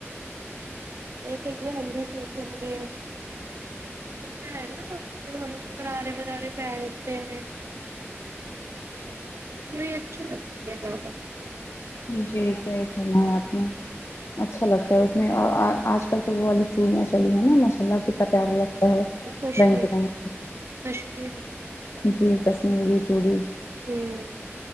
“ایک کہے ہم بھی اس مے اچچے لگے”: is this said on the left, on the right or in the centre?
Right